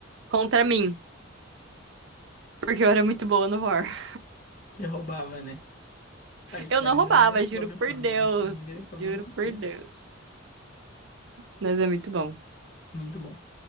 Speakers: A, on the right; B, on the left.
A: contra mim, porque eu era muito boa no War.
B: Que eu roubava, né? A história
A: Eu não roubava,
B: não era
A: juro
B: sobre a família
A: por Deus.
B: da sua amiga, era sobre
A: Juro
B: você.
A: por Deus. Mas é muito bom.
B: Muito bom.